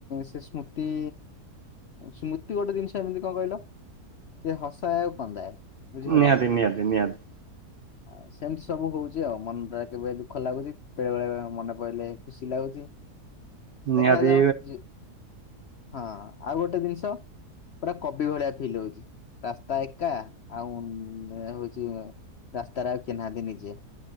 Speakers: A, on the left (about 65°); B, on the right (about 65°).
A: ସେ ସ୍ମୃତି ସ୍ମୃତି ଗୋଟେ ଜିନିଷ ଏମିତି କଣ କହିଲ? ସେ ହସାଏ ଆଉ କନ୍ଦାଏ ବୁଝିହେଲାନା
B: ନିହାତି ନିହାତି ନିହାତି
A: ଆ ସେମିତି ସବୁ ହଉଚି। ଯେ ମନ ଟା କେବେ ଦୁଃଖ ଲାଗୁଚି ବେଳେ ବେଳେ ବେଳେ ମନେ ପଇଲେ ଖୁସି ଲାଗୁଚି।
B: ନିହାତି
A: ଦେଖାଯାଉ ଯି ହଁ ଆଉ ଗୋଟେ ଜିନିଷ ପୁରା କବି ଭଳିଆ ଫିଲ୍ ହଉଚି। ରାସ୍ତା ଏକା ଆଉ ଆଉ ହଉଚି ରାସ୍ତାରେ ଆଉ କେହି ନାହାନ୍ତି ନିଜେ।